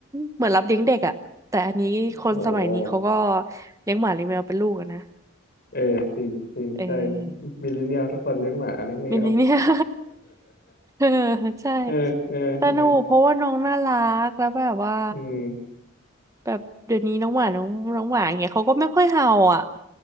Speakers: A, on the right; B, on the left.
A: เหมือนรับเลี้ยงเด็กอ่ะแต่อันนี้คนสมัยนี้เขาก็
B: โห
A: เลี้ยงหมาเลี้ยงแมวเป็นลูกอะนะ
B: เออจริงจริงใช่
A: เออ
B: มิลเลนเนียลทุกคนเลี้ยงหมาเลี้ยงแมว
A: มินิเนี่ย <laughs> เออใช่
B: <laughs> เออเออเออ
A: สนุกเพราะว่าน้องน่ารักแล้วแบบว่า
B: อืม
A: แบบเดี๋ยวนี้น้องหมาน้องน้องหมาอย่างเงี้ยเขาก็ไม่ค่อยเห่าอ่ะ